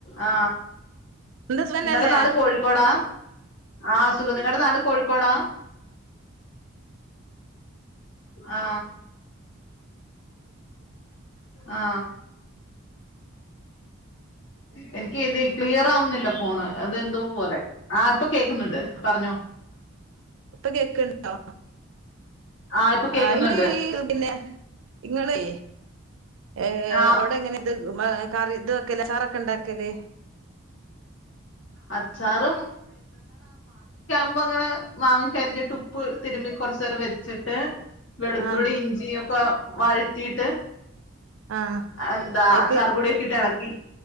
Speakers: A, on the left; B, on the right.
A: ആ ആ
B: എന്താ സുഖന്നല്ലേ
A: നിങ്ങടെ നാട് കോഴിക്കോടാ ആഹ് സുഖം നിങ്ങടെ നാട് കോഴിക്കോടാ ആ ആ എനിക്ക് ഇത് ക്ലിയർ ആവുന്നില്ല ഫോണ് അത് എന്തോ പോലെ ആ ഇപ്പൊ കേക്കുന്നുണ്ട് പറഞ്ഞോ
B: ഇപ്പൊ കേക്ക്ണ്ടോ
A: ആഹ് ഇപ്പൊ കേക്കുന്നുണ്ട്
B: ആ ഇമമ പിന്നെ ഇങ്ങളേ ഏ
A: ആഹ്
B: അവിടെ എങ്ങനെ ഇത് <unintelligible> കറി ഇത് വെക്കല്ല ചാറ ക്ക ഉണ്ടാക്കല്
A: അച്ചാറും മ്പം ങ്ങനെ വാങ്ങി കരിഞ്ഞിട്ട് ഉപ്പ് തിരുമ്മി കുറച്ച് നേരം വെച്ചിട്ട് വെളുത്തുള്ളി
B: ആഹ്
A: ഇഞ്ചി ഒ ക്കെ വഴറ്റീട്ട്
B: ആഹ്
A: എന്താ
B: അത്ക്ക്
A: അച്ചാരപൊടിയൊ ക്കെ ഇട്ടിളക്കി